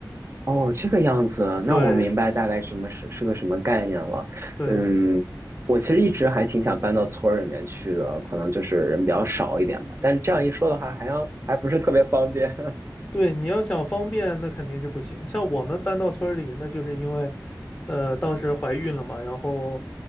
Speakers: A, on the right (about 35°); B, on the left (about 25°).
A: 哦，这个样子，那我明白大概什么是是个什么概念了。
B: 对对，
A: 嗯，我其实一直还挺想搬到村儿里面去的，可能就是人比较少一点吧。但是这样一说的话，还要还不是特别方便。<laughs>
B: 对，你要想方便，那肯定是不行。像我们搬到村儿里，那就是因为，呃，当时怀孕了嘛，然后